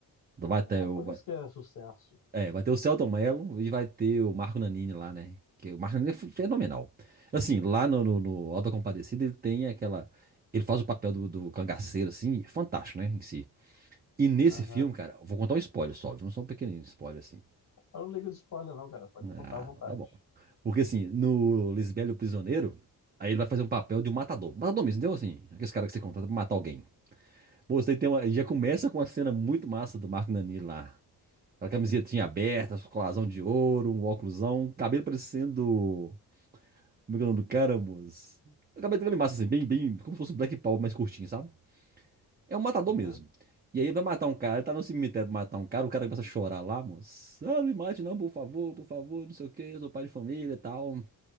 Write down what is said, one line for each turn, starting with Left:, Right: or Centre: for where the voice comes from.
Right: Vai ter
Left: É
Right: o,
Left: por
Right: vai,
Left: isso que é sucesso.
Right: é, vai ter o Celton Mello e vai ter o Marco Nanini lá, né? Que o Marco Nanini é f- fenomenal. Assim, lá no, no, no Auto da Compadecida ele tem aquela, ele faz o papel do, do cangaceiro, assim, é fantástico, né, em si. E nesse
Left: Aham.
Right: filme, cara, vou contar um spoiler só, viu? Só um pequenininho spoiler, assim.
Left: Eu não ligo de spoiler, não, cara. Pode
Right: Ah,
Left: contar à vontade.
Right: tá bom. Porque assim, no Lisbelo Prisioneiro, aí ele vai fazer um papel de um matador. Matador mesmo, entendeu? Assim, aqueles caras que você contrata pra matar alguém. Pô, você tem uma, já começa com uma cena muito massa do Marco Nani lá. A camisetinha aberta, colazão de ouro, um óculosão, cabelo parecendo. Como é que é o nome do cara, moço? O cabelo dele é bem massa, assim, bem, bem, como se fosse um Black Power mais curtinho, sabe? É um matador
Left: Uhum.
Right: mesmo. E aí ele vai matar um cara, ele tá no cemitério pra matar um cara, o cara começa a chorar lá, moço. Ah, não me mate não, por favor, por favor, não sei o que, eu sou pai de família e tal.